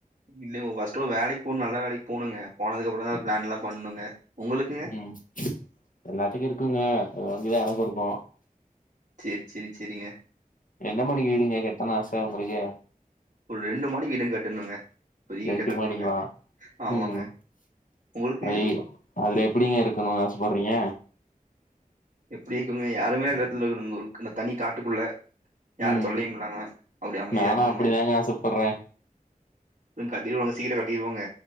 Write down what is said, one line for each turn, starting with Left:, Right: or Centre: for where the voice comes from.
Right: இல்லைங்க ஃபர்ஸ்ட் ஒரு வேலைக்கு போனு நல்லா வேலைக்கு போணுங்க போனதுக்கப்புறோ தா பிளான் எல்லா பண்ணுங்க உங்களுக்குங்க
Left: ம் எல்லாத்துக்கு இருக்குங்க அது மாரிக்குதா எனக்கு இருக்கு
Right: செரி செரி செரிங்க
Left: எந்த மாரி வீடு இங்க கட்டனு ஆச உங்களுக்கு
Right: ஒரு ரெண்டு மாடி வீடு கட்டணுங்க பெரிய
Left: ரெண்டு
Right: வீடா கட்டணுங்க
Left: மாடிங்ளா
Right: ஆமாங்க
Left: ம்
Right: உங்களுக்குங்க
Left: அய் அதுல எப்படிங்க இருக்கணுனு ஆசப்படறிங்க
Right: எப்டி இருக்குங்க யாருமே இல்லா எடத்துல இருக்கனுங்க ஒரு இந்த தனி காட்டுக்குள்ள யார்
Left: ம்
Right: தொல்லையு இல்லாம அப்டி அமைதியா
Left: நானு
Right: இருக்கணுங்க
Left: அப்டிதாங்க ஆசப்பட்றே
Right: கட்டிருவோங்க சீக்கரோ கட்டிருவோங்க